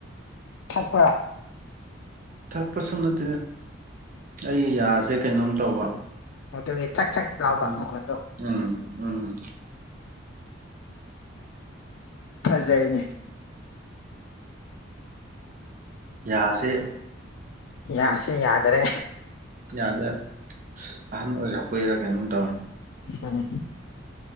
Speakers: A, on the left; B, on the right.
A: ꯊꯛꯄꯔ?
B: ꯊꯛꯄꯁꯨ ꯅꯠꯇꯦ ꯑꯩ ꯌꯥꯁꯦ ꯀꯩꯅꯣꯝ ꯇꯧꯕ꯫
A: ꯃꯗꯨꯒꯤ ꯆꯥꯛ ꯆꯥꯛ ꯂꯥꯎꯕ
B: ꯑꯗꯨꯢ
A: ꯃꯈꯣꯟꯗꯣ
B: ꯎꯝ-ꯎꯝꯝ꯫
A: ꯐꯖꯩꯅꯦ꯫
B: ꯌꯥꯁꯦ
A: ꯌꯥ ꯁꯦ ꯌꯥꯗ꯭ꯔꯦ꯫
B: ꯌꯥꯁꯦ ꯑꯍꯟ ꯑꯣꯏꯔꯛꯄꯩꯔ ꯀꯩꯅꯣꯝ ꯇꯧꯔꯦ꯫
A: ꯍꯝ <inaudible>